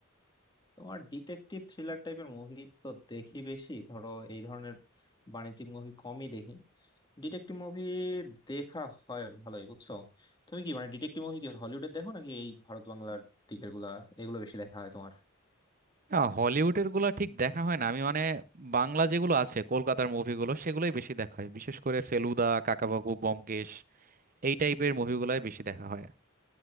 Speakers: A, on the left; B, on the right.
A: তোমার ডিটেকটিভ থ্রিলার টাইপের মুভি তো দেখি বেশি ধরো এই ধরনের বাণিজ্যিক মুভি কমই দেখি ডিটেকটিভ মুভি দেখা হয় ভালোই বুঝছো তুমি কি মানে ডিটেকটিভ মুভি কি হলিউডের দেখো নাকি এই ভারত বাংলার দিকের গুলা এগুলো বেশি দেখা হয় তোমার
B: না হলিউডের গুলা ঠিক দেখা হয় না আমি মানে বাংলা যেগুলো আছে কলকাতার মুভিগুলো সেগুলোই বেশি দেখা হয় বিশেষ করে ফেলুদা কাকাবাবু ব্যোমকেশ এই টাইপের মুভিগুলাই বেশি দেখা হয়